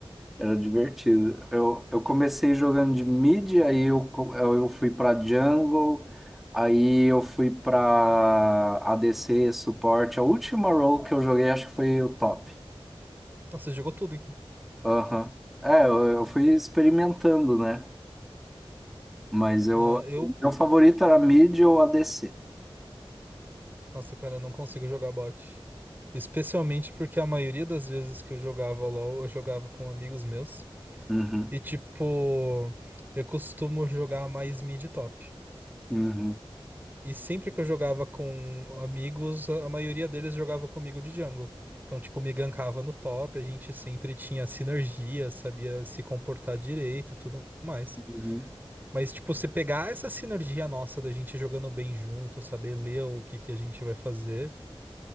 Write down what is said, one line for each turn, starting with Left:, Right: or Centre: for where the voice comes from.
Centre: Era divertido. Eu, eu comecei jogando de mid, aí eu, co- eu fui pra jungle, aí eu fui pra ADC, suporte. A última role que eu joguei acho que foi o top.
Right: Nossa, você jogou tudo, então.
Centre: Aham. É, eu, eu fui experimentando, né? Mas eu,
Right: Ah, eu
Centre: o meu favorito era mid ou ADC.
Right: Nossa, cara, eu não consigo jogar bot. Especialmente porque a maioria das vezes que eu jogava LoL, eu jogava com amigos meus.
Centre: Uhum.
Right: E, tipo, eu costumo jogar mais mid top.
Centre: Uhum.
Right: E sempre que eu jogava com amigos, a a maioria deles jogava comigo de jungle. Então, tipo, me gankava no top, a gente sempre tinha sinergia, sabia se comportar direito e tudo mais.
Centre: Uhum.
Right: Mas, tipo, se pegar essa sinergia nossa da gente jogando bem junto, saber ler o que que a gente vai fazer